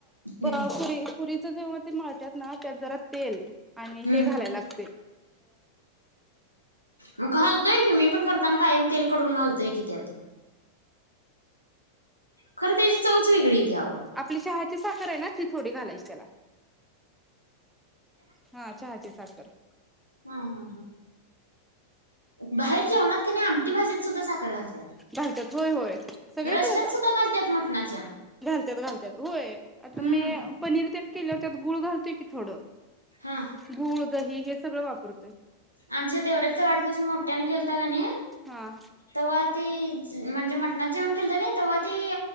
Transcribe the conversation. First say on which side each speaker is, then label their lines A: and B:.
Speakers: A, on the left; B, in the centre.
A: हम्म
B: पुरी पुरीच जेव्हा ते मळतात ना त्यात जरा तेल आणि
A: हम्म
B: हे घालायला लागतय
A: मग घालतोय की मी पण करताना कायम तेल कडवून घालतोय की त्यात. खरं त्याची चवच वेगळी येतीया अहो.
B: आपली चहाची साखर आहे ना ती थोडी घालायचीच त्याला हा चहाची साखर
A: हा हा हा. बाहेर जेवणात कनी आमटी, भाजीत सुद्धा साखर घालत्यात,
B: घालतात होय होय सगळीकडेच
A: रश्यात सुद्धा घालत्यात मटणाच्या
B: घालत्यात घालत्यात होय, आता
A: हम्म
B: मी पनीर तेन केल्यावर त्यात गुळ घालतोय की थोडं
A: हम्म
B: गूळ दही हे सगळं वापरते.
A: आमच्या देवराजचा वाढदिवस मोठ्याने केलता कनी
B: हा
A: तेव्हा ती म्हणजे मटणाच जेवण केलंत नई तेव्हा ती